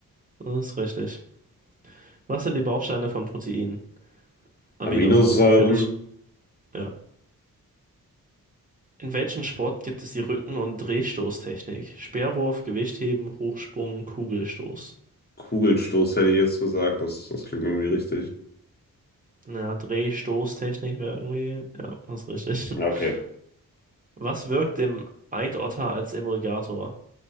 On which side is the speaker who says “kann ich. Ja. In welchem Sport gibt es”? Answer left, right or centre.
Right